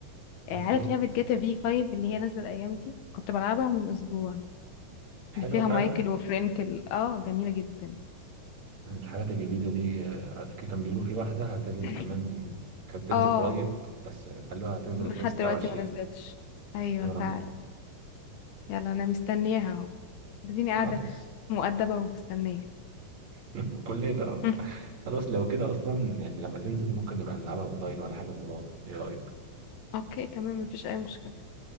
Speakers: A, on the right; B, on the left.
A: بالظبط
B: آه، عارف لعبة جاتا في 5 اللي هي نازلة الايام دي كنت بلعبها من اسبوع
A: حلوة
B: اللي فيها
A: فعلا
B: مايكل وفرانكل اه جميلة جدا
A: الحاجات الجديدة دي آه، على فكرة كان بيقولوا في واحدة هتنزل
B: <coughs>
A: كمان كانت تنزل
B: اه
A: قريب بس خلوها هتنزل
B: لحد
A: 2026
B: دلوقتي ما نزلتش ايوه
A: أه
B: فعلا يلا انا مستنياها اهو اديني قاعدة
A: خلاص
B: مؤدبة ومستنية
A: <laughs> كلنا آه.
B: <laughs>
A: خلاص لو كده اصلا يعني لما تنزل ممكن نبقى نلعبها اونلاين ولا حاجه مع بعض ايه رايك؟
B: اوكي تمام مفيش اي مشكلة